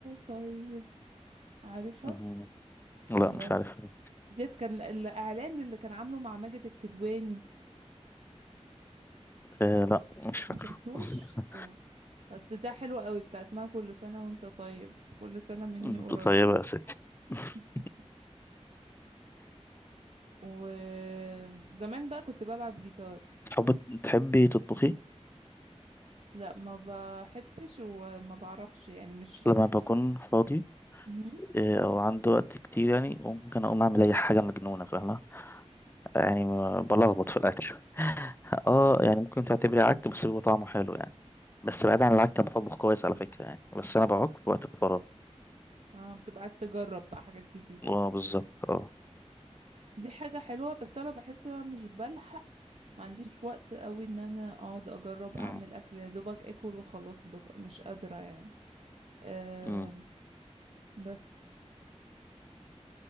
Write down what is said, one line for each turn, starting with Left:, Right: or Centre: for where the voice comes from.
Right: طيب عارفة
Left: مم. لا
Right: بس
Left: مش عارفها دي
Right: ديت كان الاعلان اللي كان عامله مع ماجد الكدواني
Left: آه لا مش فاكره
Right: ما شفتوش
Left: <laughs>
Right: اه بس ده حلو قوي بتاع اسمها كل سنة وانت طيب كل سنة مني
Left: مم.
Right: قريب
Left: طيبة يا ستي
Right: <laughs>
Left: <laughs>
Right: وزمان بقى كنت بلعب جيتار
Left: تحب تحبي تطبخي
Right: لا ما بحبش وما بعرفش يعني مش
Left: لما بكون فاضي
Right: مهم.
Left: آه، أو عندي وقت كتير يعني ممكن أقوم أعمل أي حاجة مجنونة فاهمة يعني ما- بلخبط في الأكل اه
Right: اه
Left: يعني ممكن تعتبري عك بس بيبقى طعمه حلو يعني بس بعيد عن العك أنا بطبخ كويس على فكرة يعني بس أنا بعك في وقت فراغ
Right: اه بتبقى عايز تجرب بقى حاجات جديدة
Left: اه بالظبط اه
Right: دي حاجة حلوة بس انا بحس انا مش بلحق ما عنديش وقت قوي ان انا اقعد اجرب
Left: مم.
Right: اعمل اكل يا دوبك اكل وخلاص ببقى مش قادرة يعني أه
Left: مم.
Right: بس